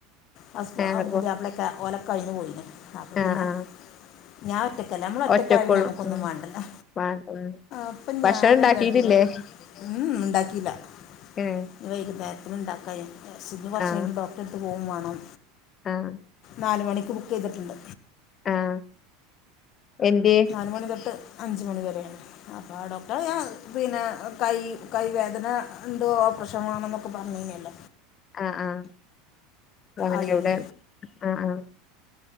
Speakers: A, on the left; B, on the left.
A: ഹസ്
B: അങ്ങട്ട്
A: പുതിയാപ്പളൊക്കെ
B: പോ
A: ഓലെക്കെ അയ്ന് പോയിനിം അപ്പ പിന്നെ
B: ആഹ് ആഹ്
A: ഞാൻ ഒറ്റക്കല്ല നമ്മള ഒറ്റക്കായ
B: ഒറ്റക്കൊള്ളു
A: പിന്നെ ഞമ്മക്കൊന്നും
B: ഉം
A: മാണ്ടല്ലോ
B: വാ ഉം
A: അപ്പൊ
B: ഭക്ഷണം
A: ഞാൻ എന്താട്ടി
B: <unintelligible>
A: ഉം ഉണ്ടാക്കിയില്ല
B: ഏഹ്
A: ഇത് വൈകുന്ന നേരത്തിന് ഉണ്ടാക്ക വിജാരിച്ച് ഞ്ഞ് കൊർചൈഞ്ഞിട്ട്
B: ആഹ്
A: ഡോക്ടറെടുത്ത് പോകുമാണം
B: ആഹ്
A: നാല് മണിക്ക് ബുക്ക് ചെയ്തിട്ടുണ്ട്
B: ആഹ് എന്ത്യോ
A: രണ്ട് മണി തൊട്ട് അഞ്ച് മണിവരെ അപ്പൊ ഡോക്ടർ ഞാൻ പിന്നെ കൈ കൈ വേദന ണ്ട് ഓപ്പറേഷൻ വാണ പറഞ്ഞിനില്ല?
B: ആഹ് ആഹ് അങ്ങനെ
A: അതിന്
B: ഇവിടെ ആഹ് ആഹ്